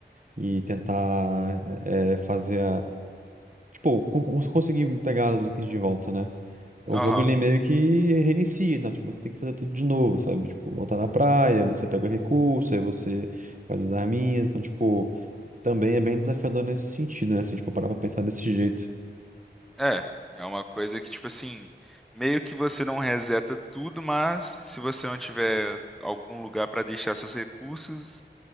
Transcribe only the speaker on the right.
e tentar eh, fazer Tipo, con- con- conseguir pegar os itens de volta, né? O
jogo ele meio que reinicia, né? Tipo, você tem que fazer tudo de novo, sabe? Tipo, voltar na praia, você pega o recurso, aí você faz as arminhas. Então, tipo, também é bem desafiador nesse sentido, né? Se a gente for parar pra pensar desse jeito.